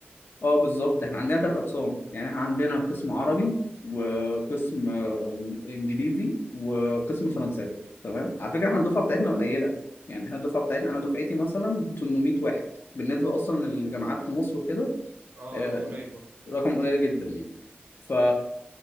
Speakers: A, on the left (about 60°); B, on the right (about 45°).
A: اه بالظبط احنا عندنا ثلاث اقسام يعني احنا عندنا قسم عربي وقسم آه، انجليزي وقسم فرنساوي تمام على فكره احنا الدفعه بتاعتنا قليله يعني احنا الدفعه بتاعتنا انا دفعتي مثلا 800 واحد بالنسبه اصلا للجامعات في مصر وكده
B: اه
A: آه،
B: رقم قليل برضه
A: رقم قليل جدا يعني ف